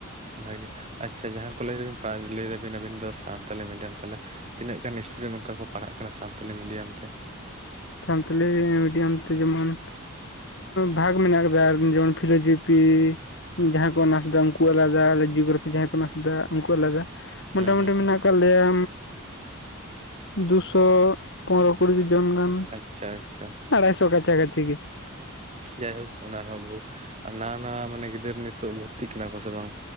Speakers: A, on the right; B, on the left.
A: ᱵᱷᱟᱜᱮ ᱾ ᱟᱪᱪᱷᱟ ᱡᱟᱦᱟᱸ ᱠᱚᱞᱮᱡᱽ ᱨᱮᱵᱮᱱ ᱯᱟᱲᱦᱟᱜ ᱟ ᱞᱟᱹᱭ ᱫᱟᱵᱤᱱ ᱟᱵᱤᱱ ᱫᱚ ᱥᱟᱱᱛᱟᱞᱤ ᱢᱤᱰᱤᱭᱟᱢ, ᱛᱟᱞᱦᱮ ᱛᱤᱱᱟᱹᱜ ᱜᱟᱱ ᱥᱴᱩᱰᱮᱱᱴ ᱚᱱᱠᱟ ᱠᱚ ᱯᱟᱲᱦᱟᱜ ᱠᱟᱱᱟ ᱥᱟᱱᱛᱟᱞᱤ ᱢᱤᱰᱤᱭᱟᱢ ᱛᱮ?
B: ᱥᱟᱱᱛᱟᱞᱤ ᱢᱤᱰᱤᱭᱟᱢ ᱛᱮ ᱡᱮᱢᱚᱱ ᱵᱷᱟᱜᱽ ᱢᱮᱱᱟᱜ ᱟᱠᱟᱫᱟ ᱡᱮᱢᱚᱱ ᱯᱷᱤᱞᱳᱚᱡᱚᱯᱷᱤ, ᱡᱟᱦᱟᱸᱭ ᱠᱚ ᱚᱱᱟᱨᱥ ᱫᱟ ᱩᱱᱠᱩ ᱟᱞᱟᱫᱟ, ᱟᱞᱮ ᱡᱤᱭᱳᱜᱨᱟᱯᱷᱤ ᱡᱟᱦᱟᱸᱭ ᱠᱚ ᱚᱱᱟᱨᱥ ᱫᱟ ᱩᱱᱠᱩ ᱟᱞᱟᱫᱟ ᱾ ᱢᱚᱴᱟᱢᱩᱴᱤ
A: ᱦᱩᱸ ᱦᱩᱸ
B: ᱢᱮᱱᱟᱜ ᱟᱠᱟᱫ ᱞᱮᱭᱟ ᱫᱩᱥᱚ ᱯᱚᱱᱨᱚ ᱾ ᱠᱩᱲᱤ <unintelligible> ᱡᱚᱱ ᱜᱟᱱ
A: ᱟᱪᱪᱷᱟ ᱟᱪᱪᱷᱟ
B: ᱟᱲᱟᱭᱥᱚ ᱠᱟᱪᱷᱟ ᱠᱟᱪᱷᱤ ᱜᱮ ᱾
A: ᱡᱟᱭᱦᱳᱠ ᱚᱱᱟ ᱨᱮᱦᱚᱸ ᱵᱚᱦᱤ, ᱟᱨ ᱱᱟᱣᱟ ᱱᱟᱣᱟ ᱢᱟᱱᱮ ᱜᱤᱫᱟᱹᱨ ᱱᱤᱛᱚᱜ ᱵᱷᱚᱨᱛᱤᱜ ᱠᱟᱱᱟ ᱠᱚ ᱥᱮ ᱵᱟᱝ?